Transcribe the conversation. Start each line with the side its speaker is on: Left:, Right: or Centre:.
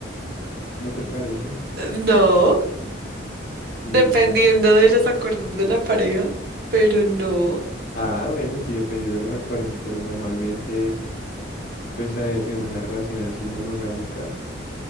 Left: ¿No, no te parece?
Right: No.
Left: Sí.
Right: dependiendo de los acuerdos de la pareja, pero no.
Left: Ah, bueno, sí, dependiendo de los acuerdos, pero normalmente, pues eh, en una relación así monogámica,